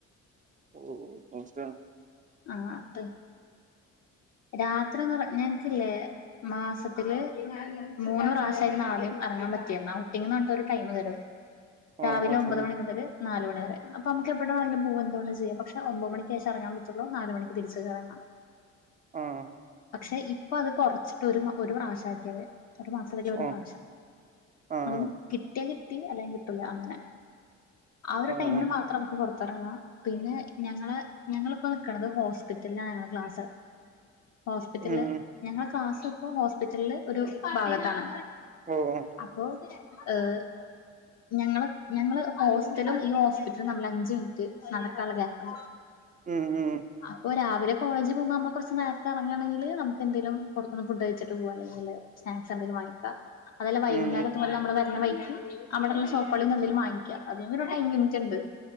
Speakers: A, on the right; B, on the left.
A: ഓഹോ അവസ്ഥയാണ്.
B: ആഹ് അപ്പെയ്, രാത്രി ഒന്നുംറ ഞങ് ക്ക്ല്ലെ മാസത്തില് മൂന്ന് പ്രാവശ്യായിരുന്നു ആദ്യം അറങ്ങാൻ പറ്റിയിര്ന്നത്. ഔട്ടിങ് ന്ന് പർഞ്ഞിട്ട് ഒരു ടൈമ് തെരു അവര്. രാവിലെ
A: ആഹ് ആഹ്
B: ഒമ്പത് മണി മുതല് നാല് മണിവരെ. അപ്പ മ്മക്ക് എവിടെ വേണെങ്കിലും പോവാം എന്തുവേണേലും ചെയ്യാം. പക്ഷെ ഒമ്പത് മണിക് ശേഷം എറങ്ങാൻ പ റ്റൊള്ളു നാല് മണിക്ക് തിരിച്ച് കേറേം വാണം.
A: ആഹ്
B: പക്ഷെ ഇപ്പ അത് കൊറച്ചിട്ട് ഒരു ഒരു മ പ്രാവിശ്യാക്കി അവര്. ഒരു മാസത്തില് ഒരു
A: ആഹ്
B: പ്രാവശ്യം.
A: ആഹ്
B: അതും കിട്ടിയാ കിട്ടി അല്ലെങ്കി കിട്ടൂല അങ്ങനെ. ആ ഒരു
A: ആഹ് ആഹ്
B: ടൈമിന്
A: ആഹ്
B: മാത്രം നമുക്ക് പൊർത്തിറങ്ങാ. പിന്നെ ഞങ്ങളെ ഞങ്ങള് ഇ പ്പം നിക്ക്ണത് ഹോസ്പിറ്റലിലാ ഞങ്ങളെ ക്ലാസ്. ഹോസ്പിറ്റൽല്
A: ഉം ഉം
B: ഞങ്ങളെ ക്ലാസ്സിപ്പോ ഹോസ്പിറ്റൽല് ഒരു ഭാഗത്താണ്.
A: ഓഹ് ഹെ
B: അപ്പൊ ഏഹ് ഞങ്ങള് ഞങ്ങള് ഹോസ്റ്റലും ഈ ഹോസ്പിറ്റലുംതമ്മില് അഞ്ച്മിനിറ്റ് നടക്കാനുള്ള ക്യാപ്പുണ്ട്.
A: ഉം, ഉം
B: അപ്പൊ രാവിലെ കോളജ് പോകുമ്പോ ന്നമ്മ കൊർച്ച് നേര്ത്തെ അറങ്ങാണെങ്കില് ന്നമുക്ക് എന്തെങ്കെലും പുറത്തുന്ന്ഫുഡ് കഴിച്ചിട്ട് പോവാ അല്ലെങ്കില്. സ്നാക്സ് എന്തെങ്കിലും വങ്ങിക്ക അതെല്ല വൈകുന്നേരം
A: ഉം
B: നമ്മള് വരണ വയ്ക്ക് അവിടെള്ള ഷോപ്പുകളിൽ നിന്ന് എന്തെലും വാങ്ങിക്ക അതിന് ഒരു ടൈംമ് ലിമിറ്റ്ഇണ്ട്.